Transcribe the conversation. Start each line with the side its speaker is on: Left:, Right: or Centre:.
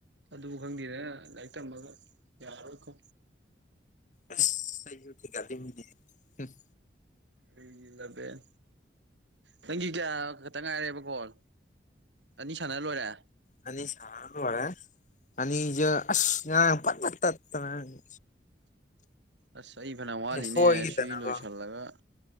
Right: ꯑꯗꯨꯕꯨ ꯈꯪꯗꯦꯗ ꯂꯥꯏꯔꯤꯛ ꯇꯝꯃꯒ ꯌꯥꯔꯣꯏꯀꯣ
Left: ꯑꯁ <unintelligible>
Right: ꯀꯔꯤꯒꯤ ꯅꯕꯦꯟ ꯈꯪꯏ ꯇꯥꯕ ꯈꯇꯥ ꯉꯥꯏꯔꯦꯕꯀꯣꯜ ꯑꯅꯤ ꯁꯥꯟꯅꯔ ꯂꯣꯏꯔꯦ
Left: ꯑꯅꯤ ꯁꯥꯟꯅꯔ ꯂꯣꯢꯔꯦ ꯑꯅꯤꯖꯦ ꯑꯁ ꯉꯥꯔꯥꯡ ꯐꯠ ꯐꯠ ꯇꯠ ꯇꯜꯂꯦ
Right: ꯑꯁ ꯑꯩ ꯐꯅꯥꯝ ꯋꯥꯠꯂꯤꯅꯦ
Left: ꯁꯣꯏꯈꯤꯗꯅꯀꯣ
Right: ꯁꯤ ꯂꯣꯏꯁꯤꯜꯂꯒ